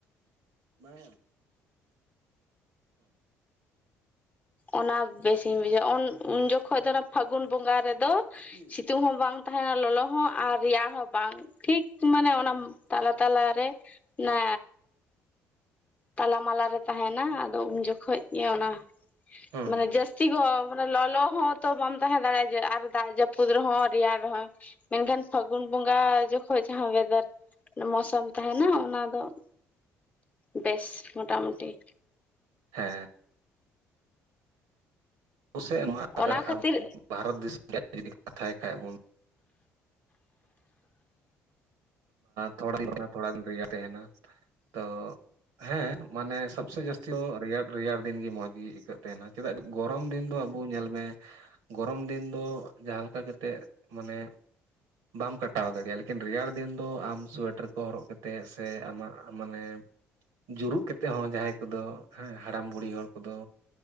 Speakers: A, on the right; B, on the left.
A: ᱵᱟᱝᱟ
B: ᱚᱱᱟ ᱵᱮᱥᱤᱧ ᱵᱩᱡᱷᱟᱹᱣᱟ ᱩᱱ ᱡᱚᱠᱷᱚᱱ ᱫᱚ ᱚᱱᱟ ᱯᱷᱟᱹᱜᱩᱱ ᱵᱚᱸᱜᱟ ᱨᱮᱫᱚ
A: ᱦᱩᱸ
B: ᱥᱤᱛᱩᱝ ᱦᱚᱸ ᱵᱟᱝ ᱛᱟᱦᱮᱱᱟ ᱞᱚᱞᱚ ᱦᱚᱸ ᱟᱨ ᱨᱮᱭᱟᱲ ᱦᱚᱸ ᱵᱟᱝ ᱴᱷᱤᱠ ᱢᱟᱱᱮ ᱚᱱᱟ ᱛᱟᱞᱟᱛᱮᱼᱼ ᱛᱟᱞᱟᱨᱮ ᱚᱱᱟᱼ ᱛᱟᱞᱟ ᱢᱟᱞᱟ ᱨᱮ ᱛᱟᱦᱮᱱᱟ ᱟᱫᱚ ᱩᱱ ᱡᱚᱠᱷᱚᱱ ᱜᱮ ᱚᱱᱟ
A: ᱦᱩᱸ
B: ᱢᱟᱱᱮ
A: ᱦᱩᱸ
B: ᱡᱟᱹᱥᱛᱤ ᱜᱚᱨᱚᱢ᱾ ᱢᱟᱱᱮ ᱞᱚᱞᱚ ᱦᱚᱸᱛᱚ ᱵᱟᱢ ᱛᱟᱦᱮᱸ ᱫᱟᱲᱮᱭᱟᱜᱼᱟ ᱡᱮ ᱟᱨ ᱫᱟᱜ ᱡᱟᱹᱯᱩᱫ ᱨᱮᱦᱚᱸ ᱨᱮᱭᱟᱲ ᱨᱮᱦᱚᱸ᱾ ᱢᱮᱱᱠᱷᱟᱱ ᱯᱷᱟᱹᱜᱩᱱ ᱵᱚᱸᱜᱟ ᱡᱚᱠᱷᱚᱡ ᱡᱟᱦᱟᱸ ᱚᱭᱮᱫᱟᱨ ᱢᱳᱥᱩᱢ ᱛᱟᱦᱮᱱᱟ ᱚᱱᱟ ᱫᱚ ᱼᱼ ᱵᱮᱥ ᱢᱚᱴᱟᱢᱩᱴᱤ ᱾
A: ᱦᱮᱸ ᱟᱵᱚᱥᱮᱫ ᱱᱚᱣᱟ ᱟᱨ
B: ᱚᱱᱟ ᱠᱷᱟᱹᱛᱤᱨ
A: ᱟᱵᱚᱼ ᱵᱷᱟᱨᱚᱛ ᱫᱤᱥᱚᱢ ᱨᱮᱭᱟᱜ ᱡᱩᱫᱤ ᱠᱟᱛᱷᱟᱭ ᱠᱷᱟᱡ ᱵᱚᱱᱼᱼ ᱛᱷᱚᱲᱟ ᱫᱤᱱ ᱛᱷᱚᱲᱟ ᱫᱤᱱ ᱨᱮᱜᱮ ᱛᱟᱦᱮᱱᱟ ᱛᱚ ᱦᱮᱸ ᱢᱟᱱᱮ ᱥᱚᱵᱥᱮ ᱡᱟᱹᱥᱛᱤᱼᱼ ᱡᱮᱢᱚᱱ ᱨᱮᱭᱟᱲ ᱨᱮᱭᱟᱲ ᱫᱤᱱ ᱜᱮ ᱢᱚᱸᱡᱽ ᱜᱮ ᱟᱹᱭᱠᱟᱹᱜ ᱛᱟᱦᱮᱱᱟ ᱪᱮᱫᱟᱜ ᱜᱚᱨᱚᱢ ᱫᱤᱱ ᱫᱚ ᱟᱵᱚ ᱧᱮᱞ ᱢᱮᱼᱼ ᱜᱚᱨᱚᱢ ᱫᱤᱱ ᱫᱚ ᱡᱟᱦᱟᱸ ᱞᱮᱠᱟ ᱠᱟᱛᱮᱜ ᱢᱟᱱᱮᱼᱼ ᱵᱟᱢ ᱠᱟᱴᱟᱣ ᱫᱟᱲᱮᱭᱟᱜᱼᱟ ᱞᱤᱠᱤᱱ ᱨᱮᱭᱟᱲᱼᱼ ᱫᱤᱱ ᱫᱚ ᱟᱢ ᱥᱳᱭᱮᱴᱟᱨ ᱠᱚ ᱦᱚᱨᱚᱜ ᱠᱟᱛᱮᱜ ᱥᱮ ᱟᱢᱟᱜ ᱢᱟᱱᱮᱼᱼ ᱡᱩᱨᱩᱜ ᱠᱟᱛᱮᱜ ᱦᱚᱸ ᱡᱟᱦᱟᱸᱭ ᱠᱚᱫᱚᱼᱼ ᱦᱮᱸ ᱦᱟᱲᱟᱢ ᱵᱩᱲᱦᱤ ᱦᱚᱲ ᱠᱚᱫᱚ